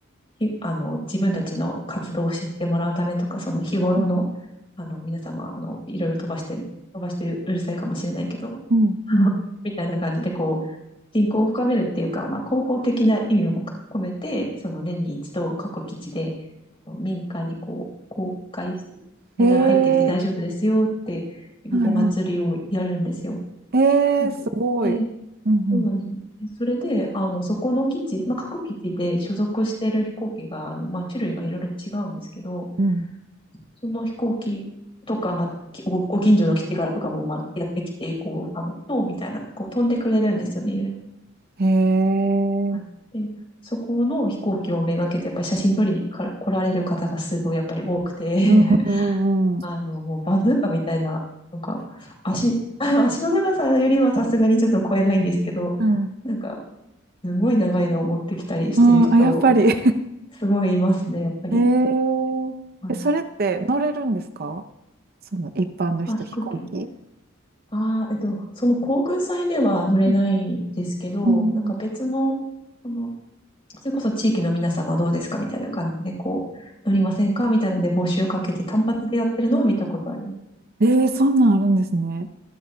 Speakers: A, on the left (about 25°); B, on the right (about 45°).
A: ひあの、自分たちの活動を知ってもらうためとか、その日頃の、
B: うん
A: あの、皆様、あの、いろいろ飛ばして、飛ばしてうるさいかもしれないけど、
B: うん。
A: <laughs> あのみたいな感じで、こう、人口を深めるっていうか、まあ、広報的な意味も込めて、その年に一度各基地で、あの民間にこう、公開して、みんな入ってきて大丈夫ですよっていうお祭りをやるんですよ。
B: へえ、はいはい。へえ、
A: で、
B: すごい。
A: で
B: うん
A: そうなんですね。それで、あの、そこの基地、まあ、各基地で所属してる飛行機が、あの、まあ、種類がいろいろ違うんですけど、
B: うん。うん。
A: その飛行機とか、まあ、きご、ご近所の基地からとかも、まあ、やってきて、こう、あの、塔みたいな、こう、飛んでくれるんですよね、いろいろ。
B: へえ、
A: はい。で、そこの飛行機をめがけて、やっぱり写真撮りにか来られる方がすごい、やっぱり多くて、<laughs>
B: うんうんうんうん。
A: あの、もうバズーカみたいな、なんか、足、<laughs> 足の長さよりはさすがにちょっと超えないんですけど、
B: うん。
A: なんか、すごい長いのを持ってきたりしてる人、
B: うん、あ、やっぱり。<laughs>
A: すごいいますね、やっぱり。
B: えー、
A: はい。
B: えそれって乗れるんですかその一般の人、
A: あ、飛行機。
B: 飛行機。
A: ああ、えっと、その航空祭では乗れないですけど、
B: うん。うん
A: なんか別の、その、それこそ地域の皆様どうですかみたいな感じで、こう、乗りませんかみたいなので募集かけて単発でやってるのを見たことあります。
B: えー、そんなんあるんですね。